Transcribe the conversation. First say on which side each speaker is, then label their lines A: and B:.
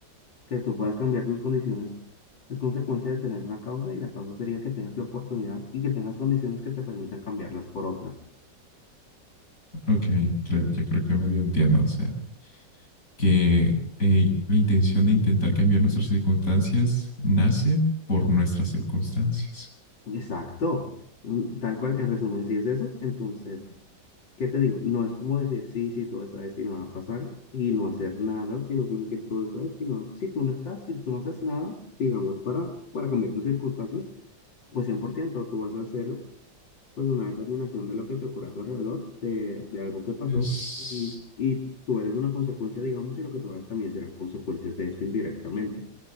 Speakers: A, on the left; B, on the left.
A: Que tú puedas cambiar tus condiciones es consecuencia de tener una causa y la causa sería que tengas la oportunidad y que tengas condiciones que te permitan cambiarlas por otras.
B: ok, creo- ya creo que medio entiendo, o sea, que eh, la intención de intentar cambiar nuestras circunstancias nace por nuestras circunstancias.
A: Exacto. Mm, Tal cual, en resumen, si es eso, entonces ¿Qué te digo? No es como decir, sí, sí, todo está destinado a pasar y no hacer nada, sino como que todo está destinado. Si tú no estás, si tú no haces nada, digamos, para, para cambiar tus circunstancias, pues 100% tú vas a hacer pues una determinación de lo que te ocurre a tu alrededor, de, de algo que pasó
B: Es
A: y, y tú eres una consecuencia, digamos, y lo que tú hagas también serán consecuencias de eso indirectamente.